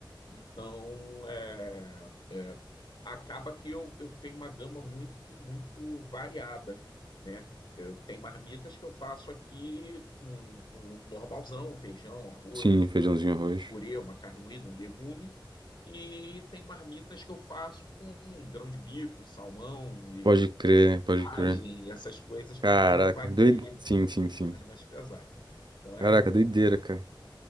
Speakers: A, on the left; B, on the right.
A: Então, é, é, acaba que eu, eu tenho uma gama muito, muito variada, né? Tem marmitas que eu faço aqui com, com um normalzão, um feijão, um arroz,
B: Sim, feijãozinho,
A: uma,
B: arroz.
A: um purê, uma carne moída, um legume. E tem marmitas que eu faço com grão de bico, salmão e
B: Pode crer, pode
A: vagem,
B: crer.
A: essas coisas para
B: Caraca,
A: quem não vai
B: doido.
A: comer
B: Sim, sim, sim.
A: as mais pesadas. Então é,
B: Caraca, doideira, cara.